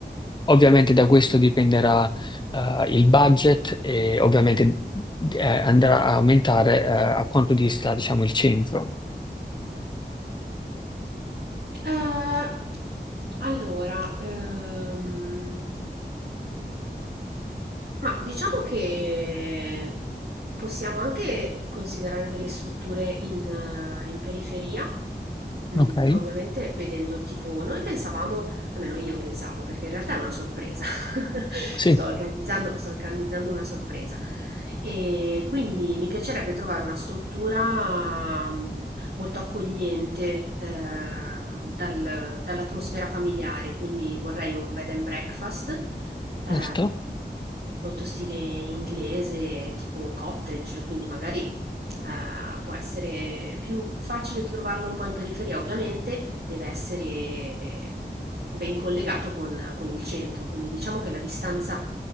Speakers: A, on the left; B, on the right.
A: Ovviamente da questo dipenderà eh, il budget e ovviamente eh, andrà a aumentare eh, a quanto dista, diciamo, il centro.
B: Eh, allora, ehm, Ma diciamo che possiamo anche considerare delle strutture in, eh, in periferia, mm,
A: Ok?
B: ovviamente vedendo il tipo, noi pensavamo, almeno io pensavo, perché in realtà è una sorpresa, <laughs> sto
A: Sì,
B: organizzando, sto organizzando una sorpresa e quindi mi piacerebbe trovare una struttura mm, molto accogliente ehm, dal- dall'atmosfera familiare, quindi vorrei un bed and breakfast eh,
A: certo.
B: molto stile inglese, tipo cottage, quindi magari eh, può essere più facile trovarlo un po' in periferia, ovviamente deve essere ben collegato con, con il centro, quindi diciamo che la distanza,